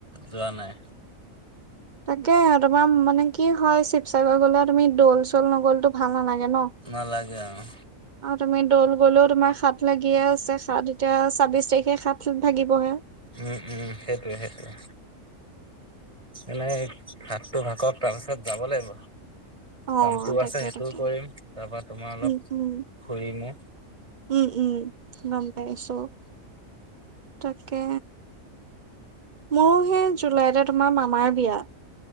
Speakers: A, on the right (about 25°); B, on the right (about 40°).
A: যোৱা নাই।
B: তাকে তোমাৰ মানে কি হয় শিৱসাগৰ গলে তুমি দৌল চল নগল তো ভাল নালাগে ন
A: নালাগে আৰু
B: আৰু তুমি দৌল গলেও তোমাক সাত লাগিয়ে আছে সাত এতিয়া ছাবিশ তাৰিখে হাত ভাগিবহে।
A: উম উম সেইটোৱে সেইটোৱে। এনেই সাতটো ভাগক তাৰপিছত যাব লাগিব
B: অ',
A: কামটো
B: তাকে
A: আছে সেইটোও
B: তাকে
A: কৰিম তাৰপা তোমাৰ অলপ
B: উম উম
A: ফুৰিমো।
B: উম উম গম পাইছো । তাকে। মোৰো সেই জুলাইতে তোমাৰ মামাৰ বিয়া ।